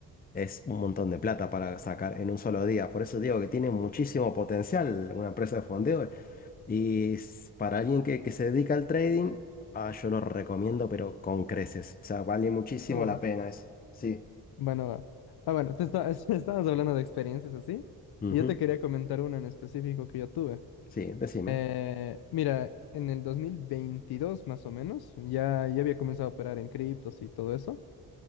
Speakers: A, on the left; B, on the left.
A: Es un montón de plata para sacar en un solo día. Por eso digo que tiene muchísimo potencial una empresa de fondeo. Y s- para alguien que, que se dedica al trading, ah, yo lo recomiendo, pero con creces. O sea, vale muchísimo
B: Uh.
A: la pena eso. Sí.
B: Bueno, va. Ah, bueno, te esta- <laughs> estabas hablando de experiencias así.
A: Ujú.
B: Y yo te quería comentar una en específico que yo tuve.
A: Sí, decime.
B: Eh, mira, en el 2022 más o menos, ya, ya había comenzado a operar en criptos y todo eso.